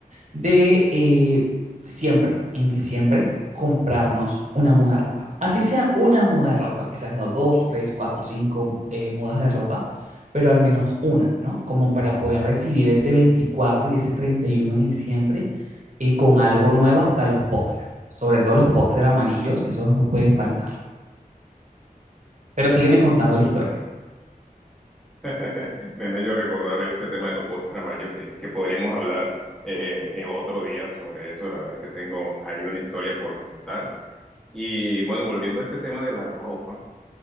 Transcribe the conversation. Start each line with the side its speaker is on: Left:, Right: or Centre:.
Right: de eh, siempre, en diciembre, comprarnos una muda de ropa. Así sea una muda de ropa, quizás no dos, tres, cuatro, cinco eh, mudas de ropa, pero al menos una, ¿no? Como para poder recibir ese 24 y ese 31 de diciembre eh, con algo nuevo hasta los boxers, sobre todo los boxers amarillos, esos no pueden faltar. Pero sígueme contando la historia.
Centre: <laughs> Me hace yo recordar ese tema de los postres amarillos que, que podríamos hablar eh, en otro día sobre eso. La verdad que tengo ahí una historia por contar. Y bueno, volviendo a este tema de la ropa,